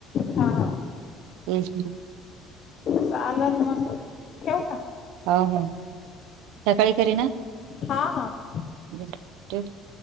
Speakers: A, on the left (about 35°); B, on the right (about 80°).
A: हा
B: तेच ना.
A: चालाल मग ठेऊ का?
B: हां हां. सकाळी करीन आ.
A: हा हा.
B: बरं ठेऊ.